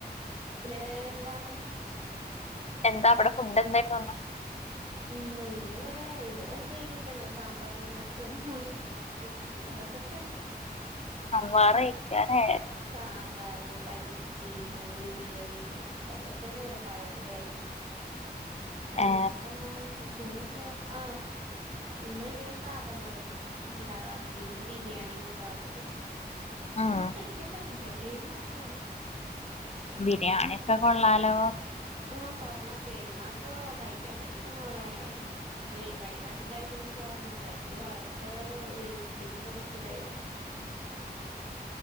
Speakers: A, on the right (about 35°); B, on the left (about 40°).
A: പിന്നേ എന്താണ്
B: എന്താ അപടെ ഫുഡെന്തായിരുന്നു അന്ന്
A: ഇന്ന് ഇന്ന് ഇവടെ ഇവടെ എന്തെയില് ഇതന്നെ സാമ്പാർ രസ തിന്നോ ഓര് അതൊക്കെ തന്നെ
B: വാറെ ഇങ്ങനെ
A: സാമ്പാർ പരിപ്പ് മോര് കറി അതൊ ക്ക തന്നെ ഇവടെ പയറ്ക്കറി അങ്ങത്തെ
B: ഏ
A: സംഭവള് <unintelligible> പിന്നെന്തോ ആഹ് പിന്നെ ഈ സാധനള് ഇണ്ടാവാറ് പിന്നെ ബിരിയാണി വെക്കാറ്ണ്ട്
B: ഉം
A: ഒന്നും കഴി മറ്റില്ലാ പേര് മാത്രോള്ളു
B: ബിരിയാണി ഒക്കെ കൊള്ളാലോ
A: ആഹ് കൊള്ളാം പേര് മാത്രോള്ളു കഴിക്കാൻ പറ്റൂല്ലാ മോളേ. മേ കഴിഞ്ഞറാശ്യം കഴിച്ചത് ഇന്ക്ക് ഓർമണ്ട് കഴിച്ചിട്ട് വയറൊക്കെ വേ എരിച്ചിലും പൊകച്ചിലായിരുന്നു